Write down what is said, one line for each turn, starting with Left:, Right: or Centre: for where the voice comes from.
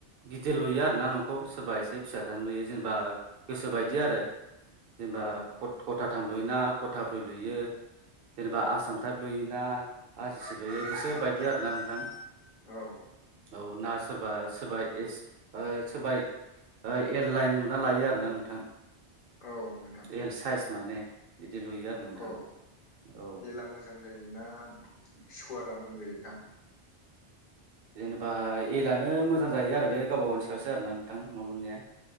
Right: गिदिर लुयो आरो ना न'खौ सोरबा एसे फिसा थानो लुयो जेनेबा गोसो बायदि आरो जेनेबा
Left: औ
Right: खथाथाम लुयोना खथाब्रै लुयो जेनेबा आसाम टाब लुयोना आर सि सि लुयो गोसो बायदि आरोना नोंथां
Left: औ
Right: औ ना सोरबा सोरबा ए सोरबा एल लाइन नुना लायो आरो ना नोंथां
Left: औ नोंथां
Right: एल साइज माने बिदि लुयो आरो नोंथां
Left: औ
Right: औ
Left: एला मोजां जायोना इसकुवारा मोजां जायो नोंथां
Right: जेनेबा एलानो मोजां जाहैयो आरो बे गावबा गावनि सायावसै आरो ना नोंथां न'लुनाया